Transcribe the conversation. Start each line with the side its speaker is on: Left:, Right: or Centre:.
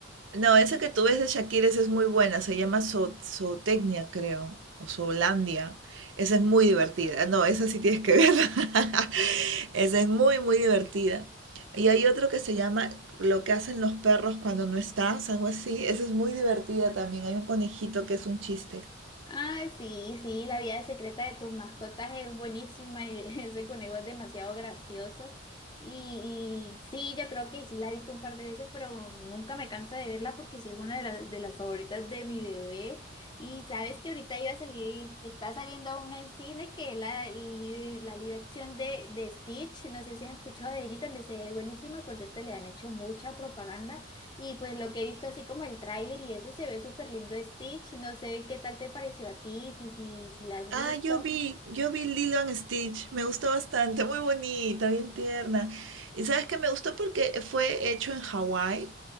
Right: No, esa que tú ves de Shakira, esa es muy buena, se llama Zo- Zootecnia, creo, o Zoolandia. Esa es muy divertida. No, esa sí tienes que verla. <laughs> Esa es muy, muy divertida. Y hay otro que se llama Lo que hacen los perros cuando no estás, algo así. Esa es muy divertida también. Hay un conejito que es un chiste.
Left: Ah, sí, sí, la vida secreta de tus mascotas es buenísima y <laughs> ese conejo es demasiado gracioso. Y, y sí, yo creo que sí la he visto un par de veces, pero nunca me canso de verla porque sí es una de, las de las favoritas de mi bebé. Y sabes que ahorita iba a salir, está saliendo una en cine que es la, li- la live action de, de Stitch. No sé si has escuchado de ella y también se ve buenísima. Por cierto, le han hecho mucha propaganda. Y pues lo que he visto así como el tráiler y eso se ve súper lindo Stitch. No sé qué tal te pareció a ti, si, si, si la has
Right: Ah,
Left: visto.
Right: yo vi, yo vi Lilo and Stitch, me gustó bastante, muy bonita, bien tierna. Y sabes que me gustó porque fue hecho en Hawái,